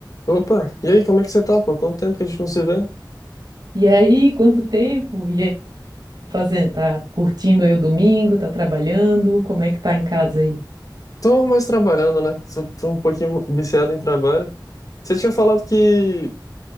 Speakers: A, on the left; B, on the right.
A: Opa, e aí, como é que você tá, pô? Quanto tempo que a gente não se vê?
B: E aí, quanto tempo? E aí, fazendo? Tá curtindo aí o domingo? Tá trabalhando? Como é que tá em casa aí?
A: Tô mais trabalhando, né? Sou- Tô um pouquinho viciado em trabalho. Você tinha falado que,